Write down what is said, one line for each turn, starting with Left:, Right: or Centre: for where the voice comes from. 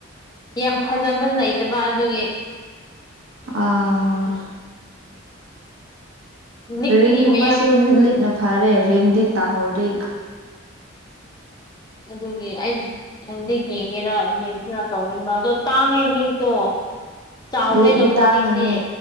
Left: ꯌꯥꯝ ꯐꯖꯕ ꯂꯩ ꯠꯇꯕ ꯑꯗꯨꯒꯤ
Right: ꯑꯥ
Left: ꯂꯤꯛꯂꯤ
Right: ꯔꯤꯡꯒꯨꯝꯕ
Left: ꯃꯌꯥꯝ
Right: ꯁꯔꯨꯛꯄꯨꯗꯤ ꯂꯤꯛꯅ ꯐꯔꯦ ꯔꯤꯡꯗꯤ ꯇꯥꯍꯧꯔꯤ
Left: ꯎ ꯑꯗꯨꯒꯤ ꯑꯩꯪꯗꯤ ꯌꯦꯡꯒꯦꯔꯥ ꯌꯦꯡꯁꯤꯔ ꯇꯧꯕ ꯑꯗꯣ ꯇꯥꯡꯉꯦ ꯂꯤꯛꯇꯣ ꯆꯥꯎꯕꯅꯤꯅꯀꯣ
Right: ꯂꯤꯛꯂꯤ ꯇꯥꯡꯉꯅꯤ
Left: ꯂꯤꯛꯇꯤ